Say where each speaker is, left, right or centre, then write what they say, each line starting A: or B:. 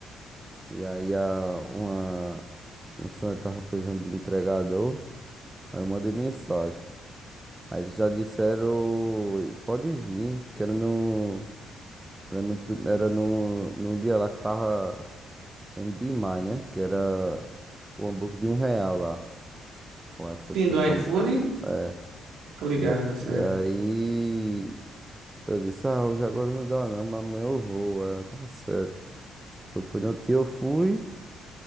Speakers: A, on the right (about 15°); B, on the right (about 80°).
A: E aí a, uma... Um estudante tava precisando de entregador. Aí eu mandei mensagem. Aí eles já disseram, pode vir, que era no, era no, prim- era no, no dia lá que tava tendo demais, né? Que era o hambúrguer de um real lá. O iFood
B: Sim,
A: foi
B: do
A: promo...
B: iFood,
A: É,
B: tô ligado
A: e, a-
B: nessa
A: e
B: época.
A: aí eu disse, ah, hoje agora não dá não, mas amanhã eu vou. Aí ela, tá certo. Quando foi no outro dia eu fui,